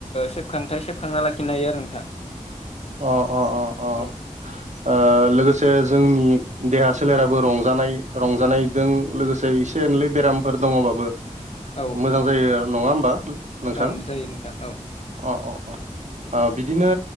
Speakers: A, on the left; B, on the right.
A: सेबखांथाय सेबखांना लाखिनो हायो आरो नोंथां
B: अ -
A: औ
B: अ लोगोसे जोंनि देहा स सोलेराबो
A: औ
B: रंजानाय- रंजानायजों लोगोसे एसे एनलै बेरामफोर दङबाबो
A: औ
B: मोजां जायो नङा होमबा नोंथां
A: औ जायो नोंथां औ
B: अ- अ- अ बिदिनो